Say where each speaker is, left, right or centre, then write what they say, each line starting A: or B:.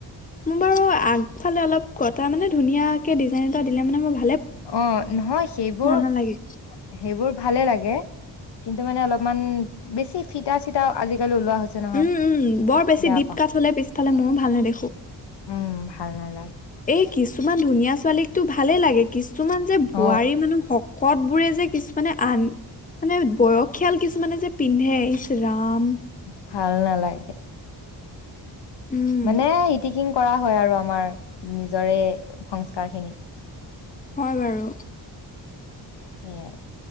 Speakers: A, on the left (about 20°); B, on the left (about 65°).
A: মোৰ বাৰু আগফালে অলপ কত তটা মানে ধুনীয়াকে ডিজাইন এটা দিলে মানেই ভাল
B: অ', নহয় সেইবোৰ
A: নালাগে
B: সেইবোৰ ভালে লাগে। কিন্তু মানে অলপমান বেছি ফিটা চিতা আজিকালি। ওলোৱা হৈছে নহয়
A: উম', - উম', বৰ বেছি
B: বেয়া
A: দীপ
B: পাওঁ
A: কাঠ হলে পিছফালে ময়ো ভাল নে দেখো
B: উম ভাল নালাগে
A: এই কিছুমান ধুনীয়া ছোৱালীকতো ভালেই লাগে কিছু কিছুমান যে বোৱাৰী
B: অ
A: মানুহ শকত বোৰে যে কিছুমানে আন, মানে বয়স খিয়াল কিছুমানে যে পিন্ধে ইচ্ ৰাম
B: ভাল নালাগে?
A: উম
B: মানে ইতি কিন কৰা হয় আৰু আমাৰ নিজৰে সংস্কাৰখিনি।
A: হয় বাৰু
B: সেইয়া